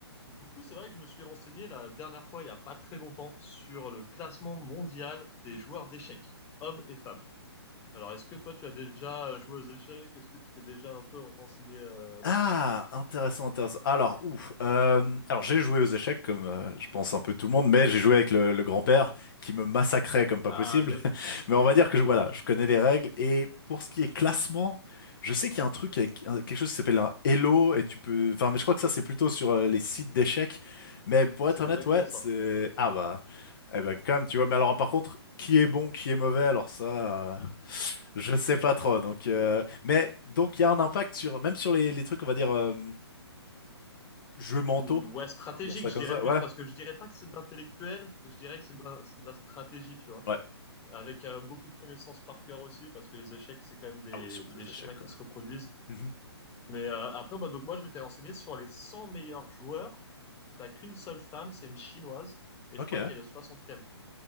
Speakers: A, on the left (about 15°); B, on the left (about 50°).
A: Du coup, c'est vrai que je me suis renseigné la dernière fois, il n'y a pas très longtemps, sur le classement mondial des joueurs d'échecs, hommes et femmes. Alors, est-ce que toi, tu as déjà joué aux échecs? Est-ce que tu t'es déjà un peu renseigné euh, là-dessus?
B: Ah, intéressant, intéressant. Alors, ouf. euh, alors, j'ai joué aux échecs comme euh, je pense un peu tout le monde, mais j'ai joué avec le, le grand-père qui me massacrait comme pas
A: Ah,
B: possible.
A: yes,
B: <laughs> Mais on va dire que je, voilà, je connais les règles. Et pour ce qui est classement, je sais qu'il y a un truc avec un- quelque chose qui s'appelle un Elo et tu peux. Enfin, mais je crois que ça c'est plutôt sur euh, les sites d'échecs. Mais pour
A: c'est
B: être honnête,
A: exactement
B: ouais,
A: ça.
B: c'est ah bah, eh ben quand même, tu vois. Mais alors, par contre, qui est bon, qui est mauvais, alors ça. euh, <laughs> Je sais pas trop. Donc, euh, mais donc il y a un impact sur même sur les, les trucs, on va dire euh, jeux mentaux,
A: Ou- Ouais, stratégique,
B: appelons ça
A: je
B: comme
A: dirais
B: ça.
A: plus,
B: Ouais,
A: parce que je dirais pas que c'est de l'intellectuel, je dirais que c'est de la, c'est de la stratégie, tu vois.
B: ouais.
A: Avec euh, beaucoup de connaissances par cœur aussi, parce que les échecs, c'est quand même des,
B: Ah ouais, sur tous
A: des
B: les
A: schémas
B: échecs quoi.
A: qui se reproduisent.
B: Mhm.
A: Mais euh, après, bah, donc moi, je m'étais renseigné sur les 100 meilleurs joueurs T'as qu'une seule femme, c'est une chinoise, et
B: Ok.
A: je crois
B: hein.
A: qu'elle est soixantième.